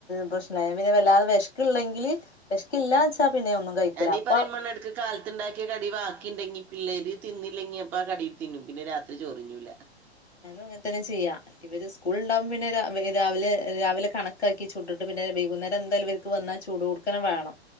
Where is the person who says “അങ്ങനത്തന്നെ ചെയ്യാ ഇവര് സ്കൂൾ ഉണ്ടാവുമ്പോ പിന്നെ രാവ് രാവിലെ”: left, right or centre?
Left